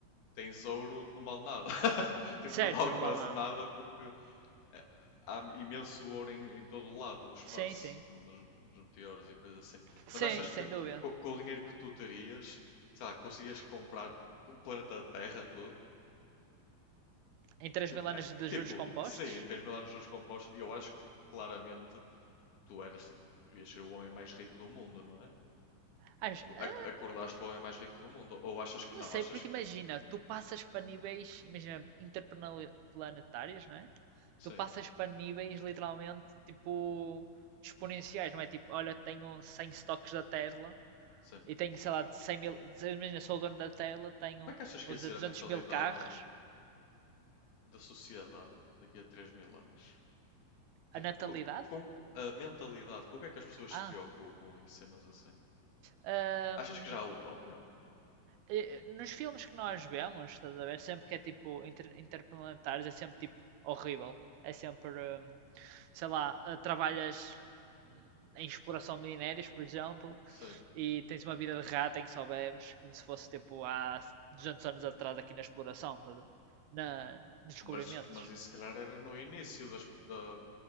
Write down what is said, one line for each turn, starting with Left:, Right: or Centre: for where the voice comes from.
Left: Tens ouro, não vale nada. <laughs> Tipo,
Right: certo,
Left: não vale
Right: não
Left: quase
Right: vale nada.
Left: nada porque eh, há imenso ouro em, em todo o lado, no espaço,
Right: Sim, sim,
Left: nos, nos meteoros e coisas assim.
Right: sim,
Left: Mas achas
Right: sem
Left: que
Right: dúvida.
Left: co- com, o dinheiro que tu terias, sei lá, conseguias comprar o planeta Terra todo?
Right: Em 3
Left: Tipo,
Right: mil anos
Left: é-
Right: de
Left: tipo,
Right: juros compostos,
Left: sim, em 3 mil anos de juros compostos, eu acho que claramente tu eras, tipo, devias ser o homem mais rico do mundo, não é?
Right: acho,
Left: Tipo,
Right: ah,
Left: ac- acordaste o homem mais rico do mundo. Ou achas que
Right: Não
Left: não?
Right: sei,
Left: Achas
Right: porque
Left: que.
Right: imagina, tu passas para níveis, imagina, interplanetários, não é?
Left: Sim,
Right: Tu passas para níveis literalmente tipo exponenciais, não é? Tipo, olha, tenho 100 stocks da Tesla
Left: sim.
Right: e tenho, sei lá, 100 mil, imagina, sou o dono da Tesla, tenho,
Left: Como é que achas que
Right: vou
Left: ia
Right: dizer,
Left: ser
Right: duzentos
Left: a mentalidade
Right: mil carros.
Left: da sociedade daqui a 3 mil anos? Tipo,
Right: A natalidade?
Left: co- com, a mentalidade, com o que é que as pessoas
Right: Ah,
Left: se preocupam e cenas assim?
Right: hum,
Left: Achas que já há utopia?
Right: eh, nos filmes que nós vemos, estás a ver? Sempre que é tipo inter- interplanetares, é sempre tipo horrível. É sempre, hum, sei lá, eh, trabalhas hum, em exploração de minérios, por exemplo,
Left: Sei.
Right: e tens uma vida de rata em que só bebes, como se fosse tipo há 200 anos atrás aqui na exploração, estás a ver? na, nos descobrimentos.
Left: Mas, mas isso se calhar era no início das- da,